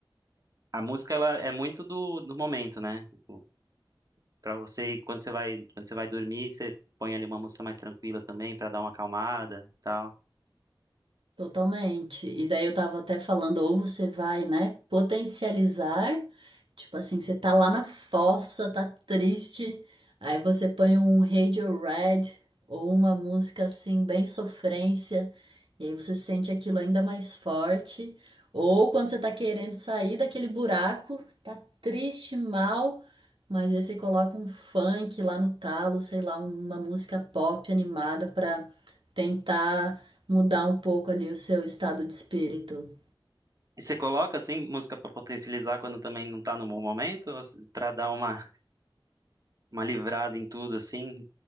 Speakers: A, on the right (about 40°); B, on the right (about 70°).
A: a música ela é muito do, do momento, né? Tipo, Pra você ir- quando você vai quando você vai dormir, você põe ali uma música mais tranquila também pra dar uma acalmada, e tal.
B: Totalmente. E daí eu tava até falando, ou você vai, né, potencializar, tipo assim, você tá lá na fossa, tá triste, aí você põe um Radiohead ou uma música assim bem sofrência, e aí você sente aquilo ainda mais forte. Ou quando você tá querendo sair daquele buraco, tá triste, mal, mas aí você coloca um funk lá no talo, sei lá, uma música pop animada pra tentar mudar um pouco ali o seu estado de espírito.
A: E você coloca assim música pra potencializar quando também não tá no bom momento, ou se- pra dar uma uma livrada em tudo assim,